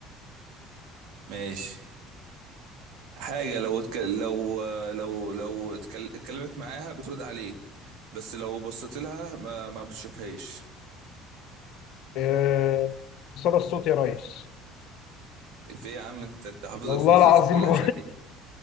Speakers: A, on the right (about 55°); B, on the left (about 55°).
A: ماشي حاجه لو اتكل... لو لو لو اتكل... اتكلمت معاها بترد عليك بس لو بصيت لها ما ما بتشوفهاش
B: آه، صدى الصوت يا ريس
A: في إيه يا عم انت انت حافظ
B: والله
A: الفوازير
B: العظيم
A: كلها
B: <laughs>
A: شكلك